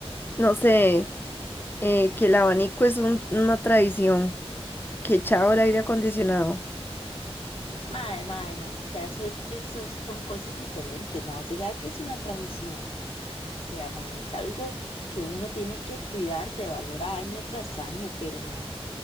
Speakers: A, on the left; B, on the left.
A: no sé, eh, que el abanico es un- una tradición, que chao el aire acondicionado.
B: Mae, mae, no, o sea, eso es que eso son cosas diferentes, ma, usted sabe que es una tradición, o sea, ma, es algo que uno tiene que cuidarse, valorar año tras año, pero, ma,